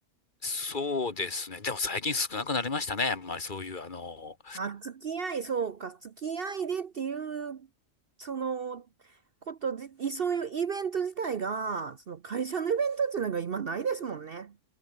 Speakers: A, on the left; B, on the right.
A: そうですね。でも最近少なくなりましたね。あんまりそういう、あの
B: あ、付き合い、そうか、付き合いでっていう、その、ことじ、いそういうイベント自体が、その会社のイベントっていうのが今ないですもんね。